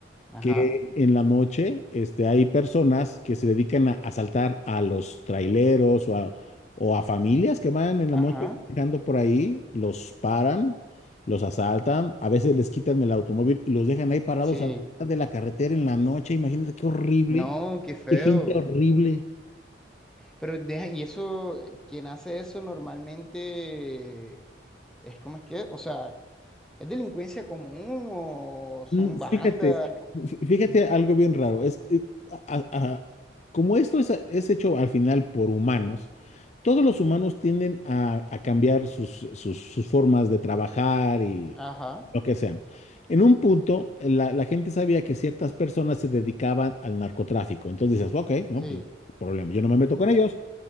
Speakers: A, in the centre; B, on the left.
A: Ajá.
B: que en la noche este, hay personas que se dedican a asaltar a los traileros o a, o a familias que van en
A: Ajá.
B: la noche manejando por ahí, los paran, los asaltan, a veces les quitan el automóvil y los dejan ahí parados
A: Sí.
B: a la mitad de la carretera en la noche. Imagínate qué horrible,
A: No, qué feo.
B: qué gente horrible.
A: Pero deja, y eso, eh, quien hace eso normalmente es como es que, o sea, ¿es delincuencia común o son
B: Mm, Fíjate,
A: bandas?
B: fí- fíjate algo bien raro. Es, eh, a- a- a- como esto es, es hecho al final por humanos, todos los humanos tienden a, a cambiar sus, sus- sus formas de trabajar y
A: Ajá.
B: lo que sean. En un punto, la, la gente sabía que ciertas personas se dedicaban al narcotráfico. Entonces dices, ok, no,
A: Sí,
B: pues problema. Yo no me meto con ellos,